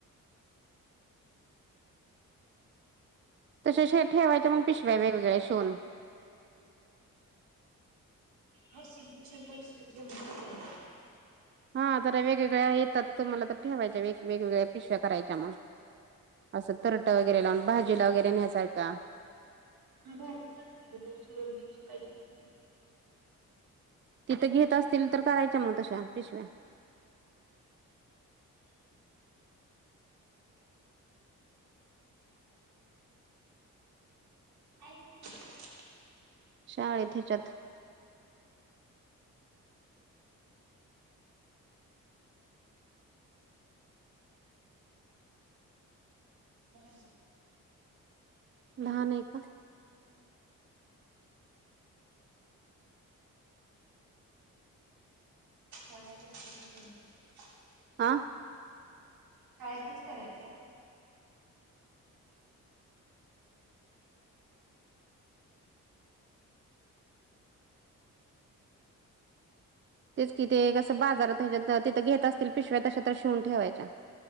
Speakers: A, on the right (about 35°); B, on the right (about 80°).
A: तसे श ठेवायं मग पिशवाय वेगळे शिवून.
B: हो सिमपल सिमपल ठेवणार.
A: हा जरा वेगवेगळ्या येतात तरु मला तर ठेवायच्या वेग वेगवेगळ्या पिशव्या करायच्या मग. असं तरोटा वगैरे लावून भाजूला वगैरे न्यासारखा.
B: हा भाजीचच नाही ग त्या वणी शिवायचीच ना पहिले <unintelligible>
A: तिथं घेत असतील तर, करायच्या मग तशा पिशव्या.
B: ऐच नाही <unintelligible>
A: शाळेत ह्याच्यात.
B: शाळेतच
A: लहान आहे का?
B: काय त ठीक आहे कच
A: आं
B: शाळेतच करायच्या
A: तेच किथ कसं बाजारातत तिथं घेत असतील पिशव्या तशात तर शिवून ठेवायच्या